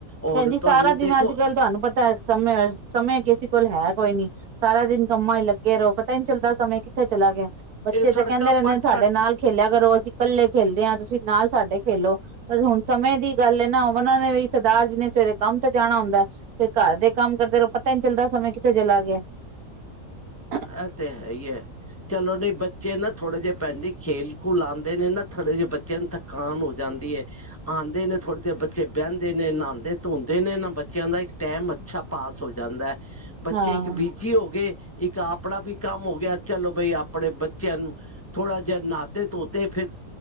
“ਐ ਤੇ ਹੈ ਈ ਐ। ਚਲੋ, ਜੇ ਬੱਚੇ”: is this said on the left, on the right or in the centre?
Left